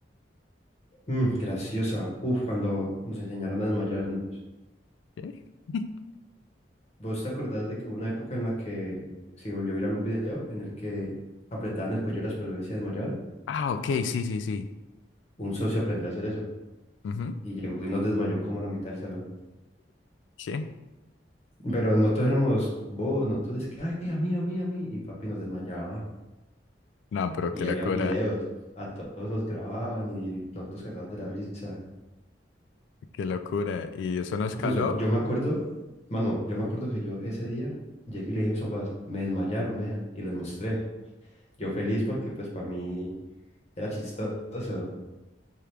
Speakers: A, on the left; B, on the left.
A: Mm, graciosa. Uf, cuando nos enseñaron a desmayarnos.
B: ¿Qué? <laughs>
A: ¿Vos te acordás de que hubo una época en la que se volvió viral un video en el que apretaban el cuello de las personas y se desmayaban?
B: Ah, ok, sí, sí, sí.
A: Un socio aprendió a hacer eso.
B: Ujú,
A: Y llegó y nos desmayó como a la mitad del salón.
B: Sí.
A: Pero nosotros éramos bobos, nosotros es que, ay, a mí, a mí, a mí. Y papi nos desmayaba.
B: No, pero
A: Y
B: qué locura,
A: habían videos, a todos nos grababan y nosotros cagados de la risa.
B: qué locura. ¿Y eso no escaló?
A: Incluso yo me acuerdo, mano, yo me acuerdo que yo ese día llegué y le dije a mis papás, me desmayaron, vean, y les mostré. Yo feliz porque pues para mí era chistoso.